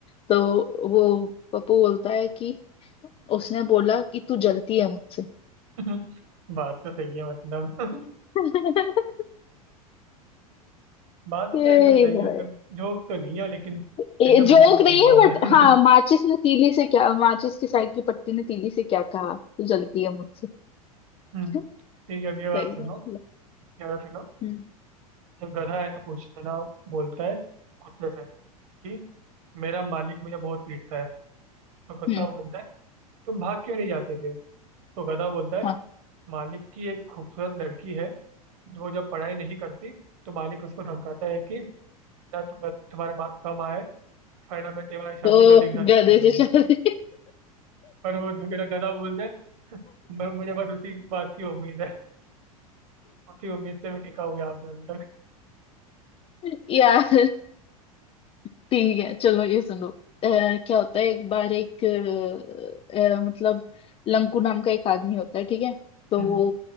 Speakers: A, on the left (about 30°); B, on the right (about 65°).
A: तो वो पप्पू बोलता है कि उसने बोला कि तू जलती है मुझसे
B: <laughs> बात तो सही है मतलब <laughs>
A: <laughs>
B: बात तो
A: ये
B: मतलब एकदम सही है
A: भाई
B: उसमें जोक तो नहीं है लेकिन
A: ये
B: एकदम
A: जोक
B: रियल वाली
A: नहीं है
B: बात
A: बट
B: है <laughs>
A: हाँ माचिस ने तीली से क्या माचिस की साइड की पट्टी ने तीली से क्या कहा तू जलती है मुझसे
B: हम्म, ठीक
A: <laughs> सही
B: है अब ये वाला सुनो
A: बात है
B: ये वाला सुनो
A: हम्म
B: एक गधा है ना पूछता है ना बोलता है कुत्ते से कि मेरा मालिक मुझे बहुत पीटता है तो कुत्ता
A: हम्म
B: बोलता है तुम भाग क्यों नहीं जाते थे तो गधा बोलता है
A: हाँ
B: मालिक की एक खूबसूरत लड़की है वो जब पढ़ाई नहीं करती तो मालिक उसको धमकाता है कि ना तुम तुम्हारे मार्क्स कम आए फायदा मैं तुम्हारी शादी
A: ओ
B: गधे के साथ
A: गधे
B: कर दूंगा
A: से शादी
B: पर वो मेरा गधा बोलता है मैं मुझे बस उसी बात की उम्मीद है उसी उम्मीद से मैं टिका हुआ यहाँ पे अभी तक
A: <laughs> यार ठीक है चलो ये सुनो अ, क्या होता है एक बार एक अ, अ, मतलब लंकू नाम का एक आदमी होता है ठीक है तो
B: <laughs> हम्म,
A: वो